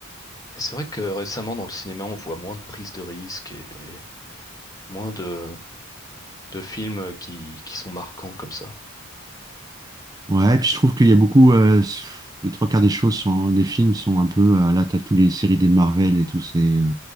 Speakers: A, on the left; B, on the right.
A: Et c'est vrai que récemment, dans le cinéma, on voit moins de prises de risques et, et moins de, de films qui, qui sont marquants comme ça.
B: Ouais, et puis je trouve qu'il y a beaucoup, euh, les trois quarts des choses sont, des films sont un peu, euh, là, t'as toutes les séries des Marvel et tous ces euh,